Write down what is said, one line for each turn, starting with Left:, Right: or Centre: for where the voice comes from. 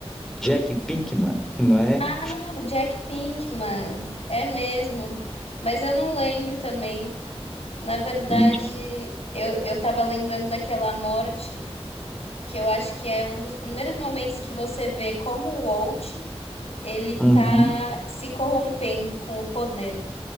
Centre: Jack Pinkman, <laughs> não é?
Left: Ah, o Jack Pinkman. É mesmo. Mas eu não lembro também. Na verdade,
Centre: E,
Left: eu, eu tava lembrando daquela morte, que eu acho que é um dos primeiros momentos que você vê como o Walt, ele tá
Centre: Uhum.
Left: se corrompendo com o poder.